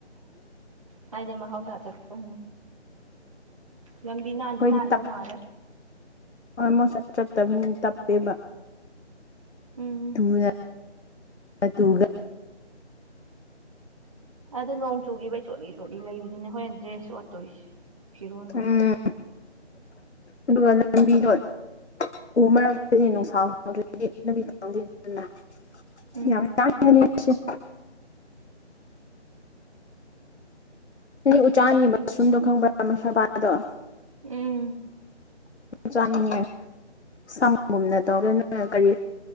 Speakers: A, on the right (about 30°); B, on the left (about 70°).
A: ꯍꯥꯏꯗꯤ ꯃꯍꯧꯁꯥ ꯆꯠꯄ ꯂꯝꯕꯤ ꯅꯥꯟꯗꯤ
B: ꯑꯩꯈꯣꯏꯗꯤ
A: ꯅꯥꯟꯗꯧ
B: ꯇꯞ
A: ꯃꯥꯜꯂꯦ
B: ꯑꯣꯜꯃꯣꯁ ꯆꯠ ꯆꯠꯇꯕꯅꯤꯅ ꯇꯞꯄꯦꯕ
A: ꯎꯝ
B: ꯇꯨꯒ ꯑꯗꯨꯒ
A: ꯑꯗꯣ ꯅꯣꯡ ꯆꯨꯈꯤꯕꯩ ꯆꯣꯠꯂꯤ ꯆꯣꯠꯂꯤ ꯂꯩꯕꯗꯨꯅꯦ ꯍꯣꯔꯦꯟ ꯗ꯭ꯔꯦꯁ ꯁꯣꯠꯇꯣꯏꯁꯦ ꯐꯤꯔꯣꯜ ꯈꯣꯏꯗꯣ
B: ꯎꯝ ꯑꯗꯨꯒ ꯂꯝꯕꯤꯗꯣ <inaudible>
A: ꯎꯝ
B: ꯌꯥꯝ ꯇꯥꯡꯕꯅꯤ ꯏꯁꯤꯡ ꯅꯪꯗꯤ ꯎꯆꯥꯟꯒꯤ ꯃꯁꯔꯨꯝꯗꯣ ꯈꯪꯕ꯭ꯔ
A: ꯎꯝ
B: ꯆꯥꯅꯤꯡꯉꯦ ꯁꯪꯒꯨꯝꯅ ꯇꯧꯔꯦꯅ ꯀꯔꯤ